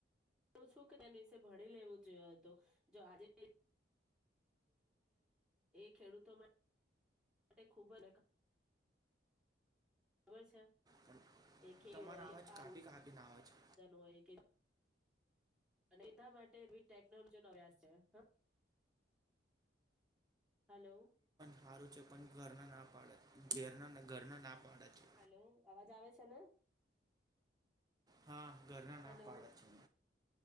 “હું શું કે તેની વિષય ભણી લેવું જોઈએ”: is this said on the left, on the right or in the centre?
Centre